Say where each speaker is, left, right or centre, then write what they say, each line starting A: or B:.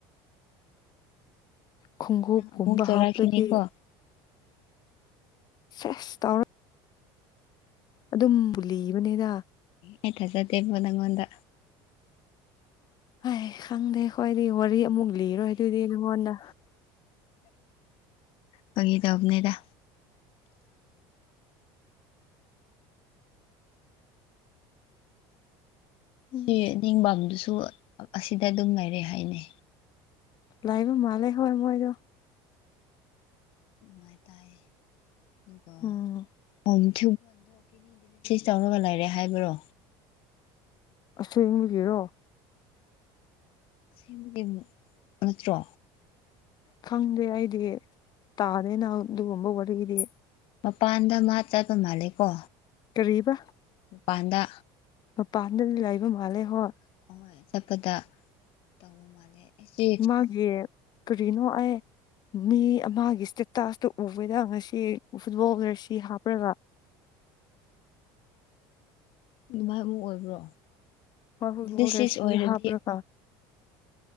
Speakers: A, on the left; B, on the left.
A: ꯈꯣꯡꯎꯞꯀꯨꯝꯕ
B: ꯅꯪ ꯑꯃꯨꯛ ꯆꯥꯎꯧꯔꯛꯈꯤꯅꯤꯀꯣ
A: ꯍꯥꯞꯔꯗꯤ ꯁꯦꯁ ꯇꯧꯔꯣ ꯑꯗꯨꯝ ꯂꯤꯕꯅꯤꯗ
B: ꯑꯩ ꯊꯥꯖꯗꯦꯕꯣ ꯅꯪꯉꯣꯟꯗ
A: ꯑꯦ ꯈꯪꯗꯦ ꯈꯣꯢꯗꯤ ꯋꯥꯔꯤ ꯑꯃꯨꯛ ꯂꯤꯔꯣꯏ ꯑꯗꯨꯗꯤ ꯅꯪꯉꯣꯟꯗ
B: ꯐꯒꯤ ꯇꯧꯕꯅꯦꯗ
A: ꯎꯝ
B: ꯁꯤ ꯅꯤꯡꯕꯥꯝꯗꯨꯁꯨ ꯑꯁꯤꯗ ꯑꯗꯨꯝ ꯂꯩꯔꯦ ꯍꯥꯏꯅꯦ
A: ꯂꯥꯏꯕ ꯃꯥꯜꯦ ꯍꯣꯢ ꯃꯣꯏꯗꯣ
B: ꯑꯗꯨꯃꯥꯏ ꯇꯥꯏ ꯑꯗꯨꯒ
A: ꯎꯝ
B: <unintelligible> <unintelligible> ꯇꯧꯔꯒ ꯂꯩꯔꯦ ꯍꯥꯏꯕ꯭ꯔꯣ
A: ꯑꯁꯦꯡꯕꯒꯦꯔꯣ
B: ꯑꯁꯦꯡꯕꯒꯤ ꯅꯠꯇ꯭ꯔꯣ
A: ꯈꯪꯗꯦ ꯑꯩꯗꯤ ꯇꯥꯗꯦꯅ ꯑꯗꯨꯒꯨꯝꯕ ꯋꯥꯔꯤꯗꯤ
B: ꯃꯄꯥꯟꯗ ꯃꯥ ꯆꯠꯕ ꯃꯥꯜꯂꯦ ꯀꯣ
A: ꯀꯔꯤꯕ
B: ꯃꯄꯥꯟꯗ
A: ꯃꯄꯥꯟꯗ ꯂꯩꯕ ꯃꯥꯜꯂꯦ ꯍꯣꯏ
B: ꯍꯣꯏ ꯆꯠꯄꯗ ꯇꯧꯕ ꯃꯥꯜꯂꯦ ꯑꯩꯁꯤ
A: ꯃꯥꯒꯤ ꯀꯔꯤꯅꯣ ꯑꯩ ꯃꯤ ꯑꯃꯒꯤ ꯏꯁꯇꯦꯇꯥꯁꯇꯣ ꯎꯕꯗ ꯉꯁꯤ ꯐꯨꯜꯂꯣꯕꯂ꯭ꯔꯁꯤ ꯍꯥꯞꯄ꯭ꯔꯒ
B: ꯑꯗꯨꯃꯥꯏ ꯑꯃꯨꯛ ꯑꯣꯏꯕ꯭ꯔꯣ
A: ꯍꯣꯏ ꯐꯨꯠꯕꯣꯜ
B: ꯗꯤꯂꯤꯁꯤꯁ
A: ꯖꯔꯁꯤ
B: ꯑꯣꯏꯔꯗꯤ
A: ꯍꯥꯞꯄ꯭ꯔꯒ